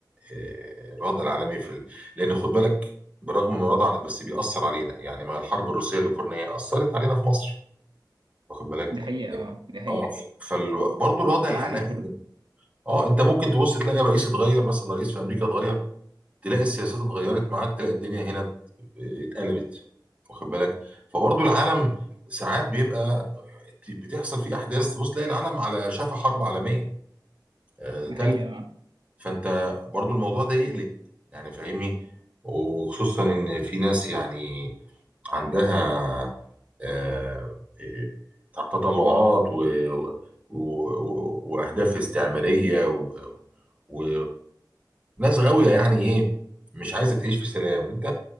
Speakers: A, on the right; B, on the right.
A: آه الوضع العالمي في ال... لان خد بالك برغم ان الوضع الع- بس بيأثر علينا يعني ما الحرب الروسيه الاوكرانيه اثرت علينا في مصر واخد بالك
B: دي حقيقة أه دي حقيقة
A: اه فبرضه الوضع
B: في
A: العالمي
B: العالم كله
A: اه انت ممكن تبص تلاقي رئيس اتغير مثلا رئيس في امريكا اتغير تلاقي السياسات اتغيرت معاك تلاقي الدنيا هنا ات- اتقلبت واخد بالك فبرضو العالم ساعات بيبقى بتحصل فيه احداث تبص تلاقي العالم على شفا حرب عالميه آه،
B: دي
A: تالتة
B: حقيقة أه
A: فانت برضو الموضوع ده يقلق يعني فاهمني وخصوصا ان في ناس يعني عندها آه، آه، تطلعات و و- و- واهداف استعماريه و... و... ناس غاويه يعني ايه مش عايزه تعيش في سلام انت